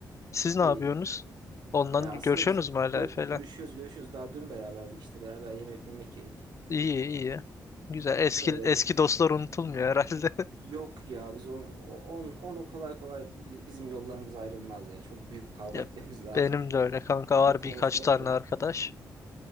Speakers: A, on the right (about 85°); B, on the left (about 45°).
A: <laughs>
B: Siz ne
A: İyi.
B: yapıyorsunuz? Ondan
A: Ya
B: görüşüyorsunuz
A: aslında biz
B: mu hala
A: gö-
B: Efe'yle?
A: görüşüyoruz, görüşüyoruz. Daha dün beraberdik işte. Beraber yemek yemek yedik.
B: İyi iyi. Güzel. Eski
A: Öyle
B: eski dostlar unutulmuyor herhalde. <laughs>
A: Yok ya biz on, on, onu kolay kolay bi- bizim yollarımız ayrılmaz ya. Çok büyük bir kavga
B: Ya
A: <laughs> etmemiz lazım.
B: benim de öyle kanka var
A: Büyük konuşmayayım
B: birkaç tane
A: da.
B: arkadaş.